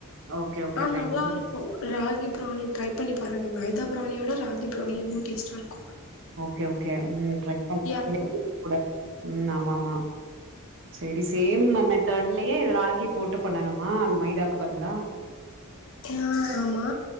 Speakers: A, on the right; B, on the left.
A: ஓகே, ஓகே.
B: ஆ
A: ஃபைன்.
B: நல்லா
A: ம்.
B: இருக்கு ராகி ப்ரௌனி ட்ரை பண்ணி பாருங்க மைதா ப்ரௌணியோட ராகி ப்ரௌணி இன்னும் டேஸ்டா இருக்கும்
A: ஓகே ஓகே ம் ட்ரை பண்லாம்
B: இருக்கு
A: <inaudible> ம் ஆமா ஆமா சரி சேம் மெ மெத்தட்லயே ராகி போட்டு பண்ணணுமா அந்த மைதாக்கு பதிலா
B: ஆ ஆமா